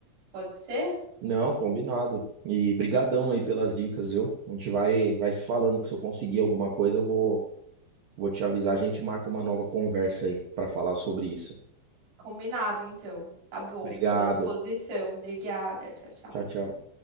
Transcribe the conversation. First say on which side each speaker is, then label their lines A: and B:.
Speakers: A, on the right; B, on the right.
A: Pode ser?
B: Não, combinado. E brigadão
A: Então,
B: aí pelas dicas, viu? A gente vai vai se falando que se eu conseguir alguma coisa, eu vou vou te avisar, a gente marca uma nova conversa aí para falar sobre isso.
A: combinado então. Tá bom,
B: Obrigado.
A: tô à disposição. Obrigada. Tchau, tchau.
B: Tchau, tchau.